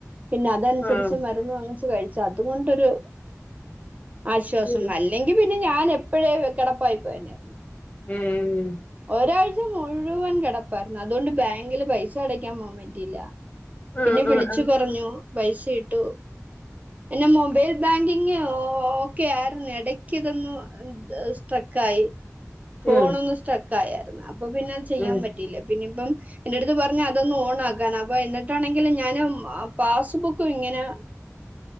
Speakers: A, on the right (about 30°); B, on the left (about 30°).
A: പിന്നെ അതനുസരിച്ച്
B: ആഹ്
A: മരുന്ന് വാങ്ങിച്ച് കഴിച്ച് അതുകൊണ്ടൊരു ആശ്വാസം
B: ഉം
A: അല്ലെങ്കി പിന്നെ ഞാന് എപ്പഴേ കെടപ്പായിപ്പോയേനേ
B: ഉം
A: ഒരാഴ്ച മുഴുവൻ കെടപ്പാര്ന്നു അതോണ്ട് ബാങ്കില് പൈസ അടക്കാൻ പോവ്വാം പറ്റിയില്ല
B: ആഹ്
A: പിന്നെ വിളിച്ചു
B: ആഹ്
A: പറഞ്ഞു പൈസ ഇട്ടു എന്റെ മൊബൈൽ ബാങ്കിങ് ഓക്കെ ആരുന്ന് എടക്ക് ഇതൊന്ന് ഏ സ്ട്രക്കായി ഫോണൊന്ന്
B: ആഹ്
A: സ്ട്രെക്കായേര്ന്ന് അപ്പൊ പിന്നെ അത് ചെയ്യാൻ
B: ഉം
A: പറ്റിയില്ല പിന്നിംപ്പം എന്റെട്ത്ത് പറഞ്ഞ് അതൊന്ന് ഓൺ ആക്കാന് അപ്പൊ എന്നിട്ടാണെങ്കിൽ ഞാനും പാസ്ബുക്കും ഇങ്ങനെ